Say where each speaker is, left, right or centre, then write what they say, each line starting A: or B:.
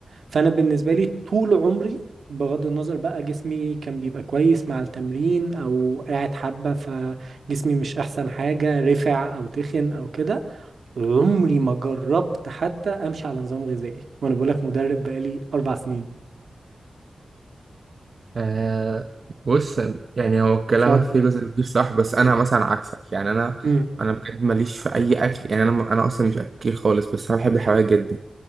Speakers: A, on the right (about 65°); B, on the right (about 50°).
A: فانا بالنسبه لي طول عمري بغض النظر بقى جسمي كان بيبقى كويس مع التمرين او قاعد حبه فجسمي مش احسن حاجه رفع او تخن او كده عمري ما جربت حتى امشي على نظام غذائي وانا بقول لك مدرب بقالي اربع سنين
B: آه بص يعني هو كلامك
A: صدمه
B: فيه جزء كبير صح بس انا مثلا عكسك يعني انا
A: مم.
B: انا بجد ماليش في اي اكل يعني انا انا اصلا مش اكيل خالص بس انا بحب الحلويات جدا